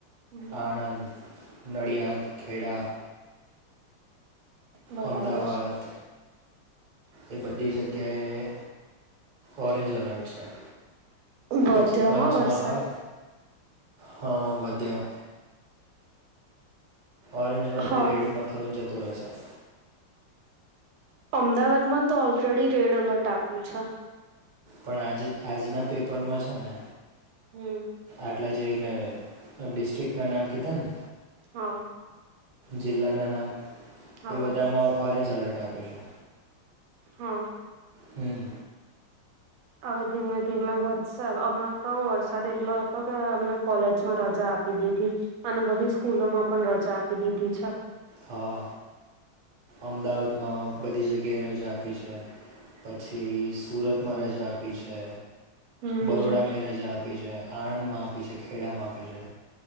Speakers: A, on the right; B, on the right.
A: હમ
B: આણંદ નડિયાદ ખેડા
A: બરાબર.
B: અમદાવાદ એ બધી જગ્યાએ ઓરેન્જ અલર્ટ અચ્છા
A: વધ્યો
B: પછી પંચમહાલ
A: હા વરસાદ
B: હા વધ્યો ઓરેન્જમાંથી
A: હા
B: રેડમાં થ જતું રહેશે.
A: અમદાવાદમાં તો ઓલરેડી રેડ અલર્ટ આપ્યું છે.
B: પણ આજે આજના પેપરમાં છે ને
A: હમ
B: આટલા જે મેં ડિસ્ટ્રિક્ટનાં નામ કીધા ને
A: હા.
B: જિલ્લાના નામ
A: હા
B: એ બધામાં ઓરેન્જ એલર્ટ આપ્યું છે.
A: હા.
B: હમ.
A: હવે ધીમે ધીમે વધશે અમને તો વરસાદ એટલો હતો કે અમને કોલેજમાં રજા આપી આપી દીધી અને બધી સ્કૂલો માં પણ રજા આપી દીધી છે.
B: હા અમદાવાદમાં બધી જગ્યાએ રજા આપી છે. પછી સુરતમાં રજા આપી છે.
A: હમ
B: બરોડા માય રાજા આપી છે આણંદ માં આપી છે ખેડામાં આપી છે.